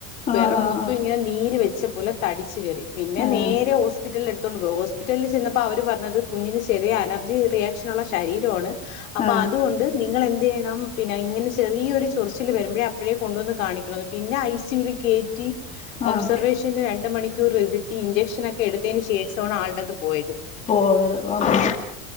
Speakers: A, on the left; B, on the left.
A: ആഹ്
B: പെറം
A: ആഹ്
B: മൊത്തും
A: ആഹ്
B: ഇങ്ങെനെ നീര് വെച്ച പോലെ തടിച്ച് കേറി പിന്നെ
A: ആഹ്
B: നേരെ ഹോസ്പിറ്റൽല് എട്ത്തോണ്ട് പോയി ഹോസ്പിറ്റൽല് ചെന്നപ്പോ അവര് പർഞ്ഞത് കുഞ്ഞിന് ചെറിയ അലർജി റിയ ക്ഷൻ ഉള്ള ശരീരവാണ് അപ്പൊ
A: ആഹ്
B: അതുകൊണ്ട് നിങ്ങളെന്തെയ്യെണം പിന്നെ ഇങ്ങെനെ ചെറിയൊര് ചൊറിച്ചില് വരുമ്പഴേ അപ്പെഴേ കൊണ്ടുവന്ന് കാണിക്കണംന്ന് പിന്നെ ഐ സി യുല് കേറ്റി ഒബ്സർവേഷൻല്
A: ആഹ്
B: രണ്ട് മണിക്കൂറ് ഇര്ത്തി ഇഞ്ചക്ഷ നെക്കെ എട്ത്തേന് ശേഷാണ് ആള്ടെത് പോയത്
A: പോയത് അമ്മോ